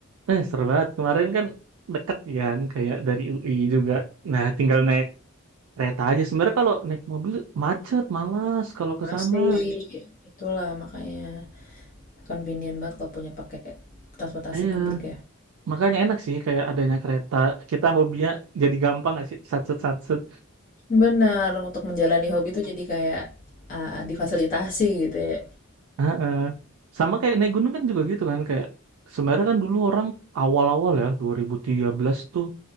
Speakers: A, on the right; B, on the left.
A: eh seru banget kemarin kan deket kan kayak dari UI juga nah tinggal naik kereta aja sebenarnya kalau naik mobil macet malas kalau ke
B: Pasti.
A: sana
B: Itulah makanya convenient banget kalau punya pakai transportasi
A: iya
B: publik ya.
A: Makanya enak sih kayak adanya kereta. Kita hobinya jadi gampang nggak sih? Satset satset.
B: benar untuk menjalani hobi itu jadi kayak, eee, difasilitasi gitu ya.
A: Heeh. Sama kayak naik gunung kan juga gitu kan kayak sebenarnya kan dulu orang awal-awal ya 2013 tuh